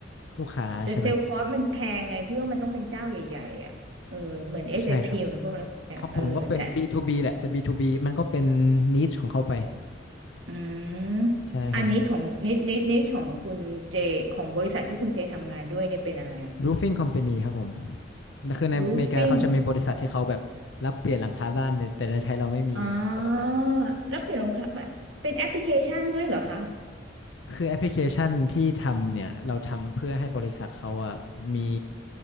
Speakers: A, on the left; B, on the right.
A: ลูกค้าใช่ไหม
B: แต่เซลฟอร์สมันแพงไงพี่ว่ามันต้องเป็นเจ้าใหญ่ๆอ่ะเออเหมือน SAP
A: ใช่ครับ
B: เอพีเหมือนพวกอะไรพวกเนี้ยเออแต่
A: ของผมก็เป็น B2B แหละแต่ B2B มันก็เป็นนิชของเขาไป
B: อืม
A: ใช่ของผม
B: อันนี้ของนิดนิดนิดของคุณเจของบริษัทที่คุณเจทำงานด้วยเนี่ยเป็นอะไรอะ
A: roofing company ครับผมคือในอเมริกาเขาจะมีบริษัทที่เขาแบบรับเปลี่ยนหลังคาบ้านเนี่ยแต่ในไทยเราไม่มีมันคนละแบบ
B: roofing อ๋อาแล้วเปลี่ยนรองเท้ามาเป็นแอปพลิเคชันด้วยเหรอคะ
A: คือแอปพลิเคชันที่ทำเนี่ยเราทำเพื่อให้บริษัทเขาอ่ะมี